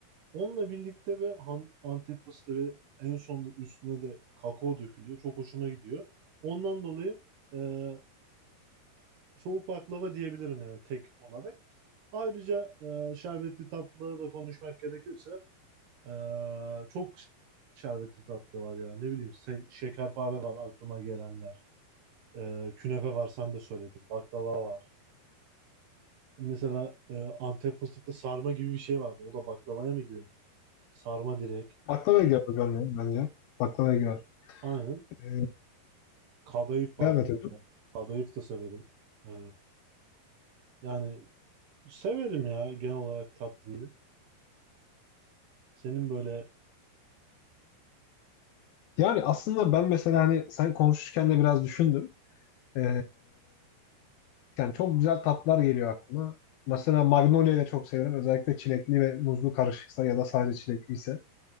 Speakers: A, on the right (about 65°); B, on the left (about 75°).
A: Onunla birlikte ve han- Antep fıstığı ve en sonunda üstüne de kakao dökülüyor. Çok hoşuma gidiyor. Ondan dolayı eee soğuk baklava diyebilirim yani tek olarak. Ayrıca e, şerbetli tatlıları da konuşmak gerekirse e, çok şerbetli tatlı var ya. Ne bileyim se- şekerpare var aklıma gelenler. E, künefe var sen de söyledin. Baklava var. Mesela e, Antep fıstıklı sarma gibi bir şey vardı. O da baklavaya mı girer? Sarma direkt.
B: Baklava girer hocam ya bence. Baklava girer.
A: Aynen.
B: Ee,
A: Kadayıf
B: Evet,
A: var
B: evet.
A: mesela. Kadayıf da severim. E, yani severim ya genel olarak tatlıyı. Senin böyle
B: Yani aslında ben mesela hani sen konuşurken de biraz düşündüm. Ee, yani çok güzel tatlar geliyor aklıma. Mesela Magnolia'yı da çok severim. Özellikle çilekli ve muzlu karışıksa ya da sadece çilekliyse.